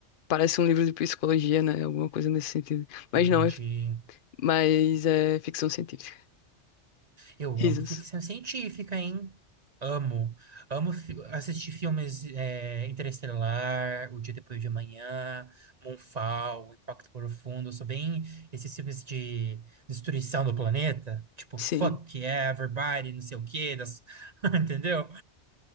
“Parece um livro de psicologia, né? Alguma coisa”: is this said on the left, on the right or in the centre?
Left